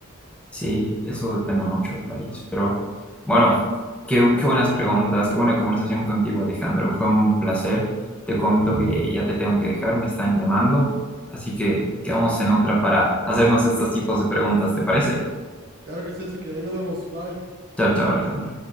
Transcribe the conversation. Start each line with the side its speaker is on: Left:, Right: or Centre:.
Centre: sí, eso depende mucho del país. Pero bueno, qué, qué buenas preguntas, qué buena conversación contigo, Alejandro. Fue un placer. Te comento que ya te tengo que dejar, me están llamando. Así que quedamos en otra para hacernos estos tipos de preguntas, ¿te parece?
Right: Claro que sí, así que ahí nos vemos. Bye.
Centre: Chao, chao, Alejandro.